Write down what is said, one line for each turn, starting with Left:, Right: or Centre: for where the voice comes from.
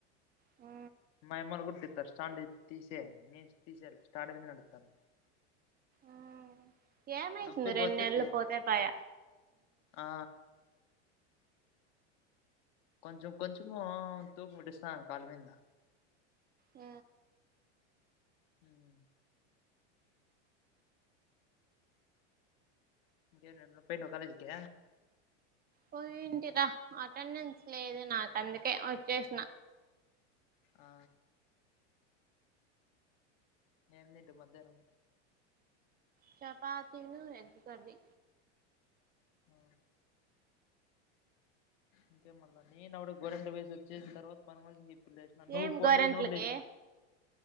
Right: ఉ
Left: మైమలు కుట్టి ఇస్తారు స్టాండ్ తీసేయాలి నేను తీసేయాలి స్టాండ్ మీదె నడుస్థానా,
Right: ఆ ఏమైతుంది
Left: నొప్పి
Right: రెండు
Left: పోతే
Right: నెలలు
Left: తీ
Right: పోతే పయా
Left: ఆ కొంచెం కొంచము తూకు పెట్టిస్తాను, కాళ్ళ మీద
Right: ఊ
Left: హుమ్ ఇంకా ఏంది పోయినవా కాలేజీ కి
Right: పోయింటిరా అటెండెన్స్ లేదు నాకు అందుకే వచ్చేసిన,
Left: ఆ ఏమిందింటి మధ్యాహ్నం
Right: చపాతీ ను ఎగ్ కర్రీ
Left: ఆ ఇంకేంమల్ల నేను అవిడ గోరంట్ల పోయి వచ్చేసిన తర్వాత తన కోసం ఇప్పుడు లేచిన నువ్వు
Right: ఏం
Left: ఫోన్
Right: గోరెంట్లకి
Left: చేసినవని లేచిన